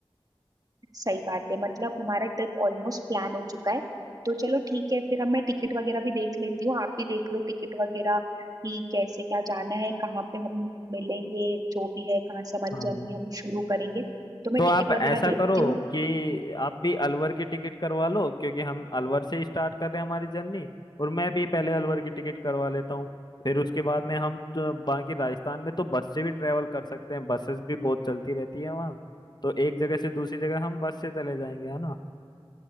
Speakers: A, on the right (about 40°); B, on the left (about 45°).
A: सही बात है मतलब हमारा ट्रिप ऑलमोस्ट प्लान हो चुका है तो चलो ठीक है फिर अब मैं टिकट वगैरह भी देख लेती हूँ आप भी देख लो टिकट वगैरह कि कैसे क्या जाना है कहाँ पे हम मिलेंगे जो भी है कहाँ से हमारी
B: हाँ
A: जर्नी हम शुरू करेंगे तो मैं
B: तो आप
A: टिकट वगैरह
B: ऐसा
A: देखती
B: करो
A: हूँ
B: कि आप भी अलवर की टिकट करवा लो क्योंकि हम अलवर से स्टार्ट कर रहे हैं हमारी जर्नी और मैं भी पहले अलवर की टिकट करवा लेता हूँ फिर उसके बाद में हम तो बाकी राजस्थान में तो बस से भी ट्रेवल कर सकते हैं बसेस भी बहुत चलती रहती है वहाँ तो एक जगह से दूसरी जगह हम बस से चले जाएंगे है ना